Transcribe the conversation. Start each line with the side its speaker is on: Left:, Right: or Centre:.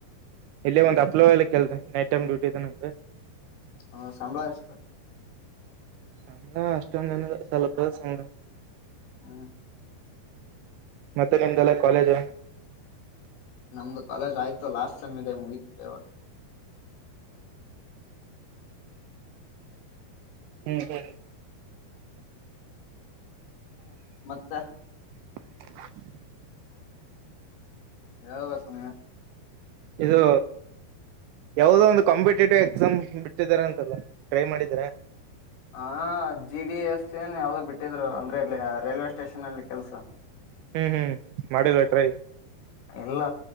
Right: ಇಲ್ಲೇ ಒಂದ್ ಅಪ್ಲೋಲಲಿ ಕೆಲ್ಸ ನೈಟ್ ಟೈಮ್ ಡ್ಯೂಟಿ ಇದಂದು
Left: ಹ್ಮ ಸಂಬಳ ಎಷ್ಟ
Right: ಸಂಬಳ ಅಷ್ಟೊಂದೇನಿಲ್ಲ ಸ್ವಲ್ಪ ಸಂಬಳ
Left: ಹ್ಮ್
Right: ಮತ್ತೆ ನಿಮ್ಮದೆಲ್ಲಾ ಕಾಲೇಜ
Left: ನಮ್ದು ಕಾಲೇಜ್ ಆಯ್ತು ಲಾಸ್ಟ್ ೈಮ್ ಇದೆ ಮುಗಿತದೆ ಇವಾಗ
Right: ಹ್ಮ್ ಹ್ಮ್
Left: ಮತ್ತೆ
Right: <inaudible> <unintelligible>
Left: ಹೇಳ್ಬೇಕು ನೀವೇ
Right: ಇದು ಯಾವದೋ ಒಂದು್ ಕಾಂಪಿಟೇಟಿವ್ ಎಕ್ಸಾಮ್ ಬಿಟ್ಟಿದ್ದಾರೆ ಅಂತಲ್ಲ ಟ್ರೈ ಮಾಡಿದ್ದೀರಾ
Left: ಹ ಜಿ ಡಿ ಎಸ್ ಏನ್ ಯಾವ್ದೋ ಬಿಟ್ಟಿದ್ರು ಅಂದ್ರೆ ಇಲ್ಲಿ ರೈಲ್ವೆ ಸ್ಟೇಷನ್ ಅಲ್ಲಿ ಕೆಲ್ಸ
Right: ಹ್ಮ್ ಹ್ಮ್ ಮಾಡಿದ್ರ ಟ್ರೈ
Left: ಎಲ್ಲ